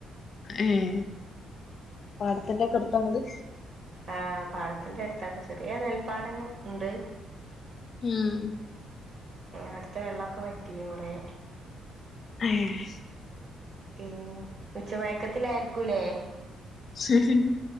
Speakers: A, on the left; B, on the right.
A: ഉം പാടത്തിന്റെക്കെടുത്താ ങ്ങള്
B: ആഹ് പാടത്തിന്റെ അടുത്താ ചെറിയ നെൽപ്പാടങ്ങൾ ഉണ്ട്.
A: ഉം
B: ഉം അട്ത്തെ വെള്ളൊക്കെ വറ്റി കൊറേ
A: ആഹ്
B: ഉം ഉച്ചമയക്കത്തിലായിരിക്കൂല്ലേ
A: ഉം